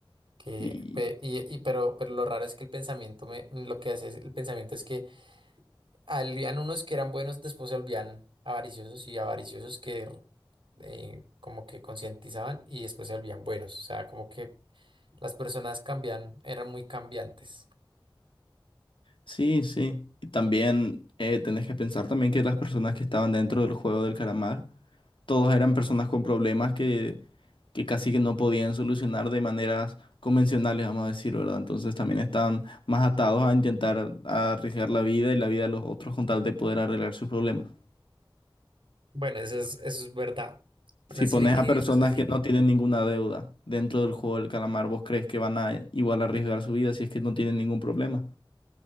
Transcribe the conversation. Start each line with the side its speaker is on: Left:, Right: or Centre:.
Right: Que,
Left: Y
Right: pe- y, y- pero, pero lo raro es que el pensamiento, me, lo que hace es- el pensamiento es que Habían unos que eran buenos, después se volvían avariciosos y avariciosos que eh, como que concientizaban y después se volvían buenos. O sea, como que las personas cambian, eran muy cambiantes.
Left: sí, sí. Y también eh, tenés que pensar también que las personas que estaban dentro del juego del calamar Todos eran personas con problemas que, que casi que no podían solucionar de maneras convencionales, vamos a decir, ¿verdad? Entonces también estaban más atados a intentar arriesgar la vida y la vida de los otros con tal de poder arreglar sus problemas.
Right: Bueno, eso es, eso es verdad.
Left: Si
Right: Una
Left: pones
Right: serie que
Left: a personas
Right: no sé si,
Left: que no tienen ninguna deuda dentro del juego del calamar, ¿vos crees que van a igual arriesgar su vida si es que no tienen ningún problema?